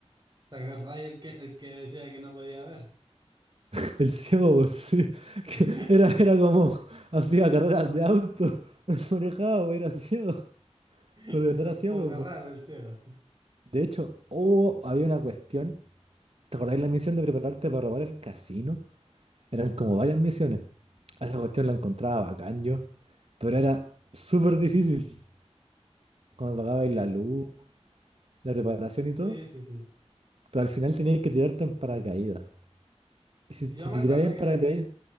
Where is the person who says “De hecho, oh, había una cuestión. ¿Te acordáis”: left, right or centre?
Right